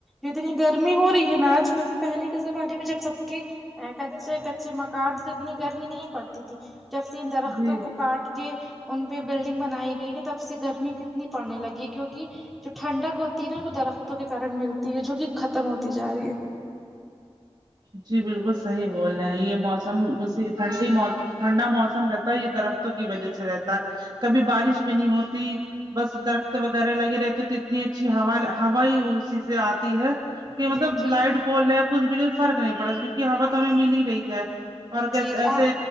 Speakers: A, in the centre; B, on the right.
A: اتنی گرمی ہو رہی ہے نا آج کیونکہ پہلے کے زمانے میں جب سب کے کچے کچے مکان تھے اتنی گرمی نہیں پڑتی تھی جب سے ان درختوں
B: جی جی
A: کو کاٹ کے ان پہ بلڈنگ بنائی گئی ہے تب سے گرمی کتنی پڑنے لگی ہے کیونکہ جو ٹھنڈک ہوتی ہے نا وہ درختوں کے کارن ملتی ہے جو کہ ختم ہوتی جا رہی ہے
B: جی بالکل صحیح بول رہے ہیں یہ موسم اسی ٹھنڈی ٹھنڈا موسم رہتا یہ درختوں کی وجہ سے رہتا ہے کبھی بارش بھی نہیں ہوتی بس درخت وغیرہ لگےہوتے ہے ہوا ہی ان سے اتنی اچھی آتی ہیں کہ
A: جی
B: مطلب
A: جی جی
B: لائٹ کول ہے کچھ بھی فرق نہیں پڑا کیونکہ ہوا تو ہمیں مل ہی رہی ہے اور کیسے
A: جی
B: ایسے
A: آ